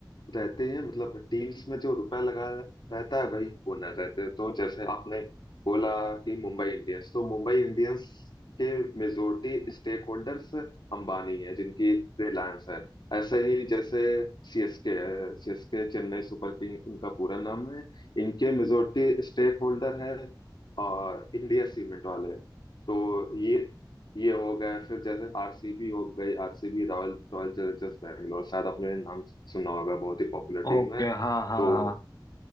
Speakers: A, on the left; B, on the left.
A: रहते हैं मतलब टीम्स में जो रुपया लगा रहता है वही ओनर रहते हैं तो जैसे आपने बोला कि मुंबई इंडियंस तो मुंबई इंडियंस के मेजोरिटी स्टेक होल्डर्स अंबानी है जिनकी रिलायंस है ऐसे ही जैसे सीएसके है सीएसके चेन्नई सुपर किंग इनका पूरा नाम है इनके मेजोरिटी स्टेक होल्डर है और इंडिया सीमेंट वाले तो ये ये हो गए फिर जैसे आरसीबी हो गई RCB Royal Royal Challengers Bangalore शायद आपने नाम सुना होगा बहुत ही पॉपुलर
B: ओके
A: टीम है
B: हाँ हाँ
A: तो
B: हाँ